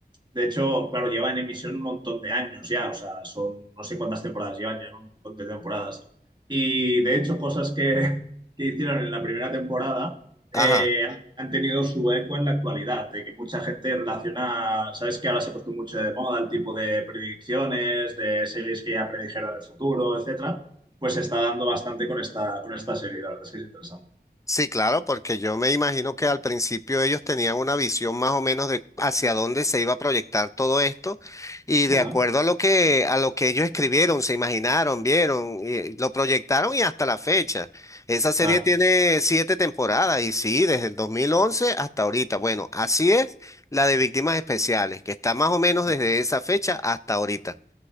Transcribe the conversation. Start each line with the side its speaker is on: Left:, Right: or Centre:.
Right: de hecho, claro, lleva en emisión un montón de años ya, o sea, son no sé cuántas temporadas llevan ya, ¿no? un montón de temporadas. Y de hecho, cosas que, <laughs> que hicieron en la primera temporada eh,
Left: Ajá.
Right: han, han tenido su eco en la actualidad, de que mucha gente relaciona, sabes que ahora se ha puesto mucho de moda el tipo de predicciones, de series que ya predijeron el futuro, etcétera, pues se está dando bastante con esta, con esta serie, la verdad es que es interesante.
Left: Sí, claro, porque yo me imagino que al principio ellos tenían una visión más o menos de hacia dónde se iba a proyectar todo esto y de
Right: Ajá.
Left: acuerdo a lo que a lo que ellos escribieron, se imaginaron, vieron, y lo proyectaron y hasta la fecha. Esa serie
Right: Claro.
Left: tiene siete temporadas y sí, desde el 2011 hasta ahorita. Bueno, así es la de Víctimas Especiales, que está más o menos
Right: Ajá.
Left: desde esa fecha hasta ahorita.